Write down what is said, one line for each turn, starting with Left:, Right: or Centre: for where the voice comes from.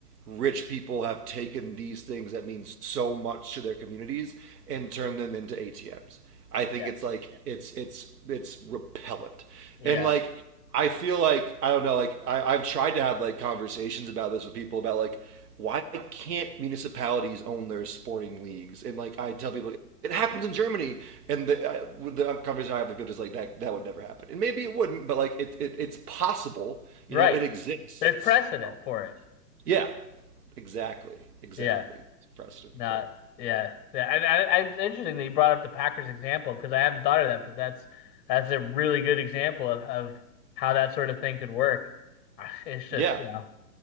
Right: rich people have taken these things that mean so much to their communities and turned them into ATMs. I think
Left: Yeah.
Right: it's like it's it's it's repellent.
Left: Yeah.
Right: And like I feel like I don't know, like I, I've tried to have like conversations about this with people about like why can't municipalities own their sporting leagues? And like I tell people, it happens in Germany, and the, uh, the conversation I have with people is like that that would never happen, and maybe it wouldn't, but like it, it it's possible, you
Left: Right.
Right: know, it exists.
Left: There's precedent
Right: So,
Left: for it.
Right: yeah, Exactly. Exactly.
Left: Yeah.
Right: It's precedent
Left: Not
Right: for it.
Left: yeah, yeah. And I, I, it's interesting that you brought up the Packers example because I haven't thought of that, but that's that's a really good example of, of how that sort of thing could work. Ah, It's just
Right: Yeah.
Left: you know,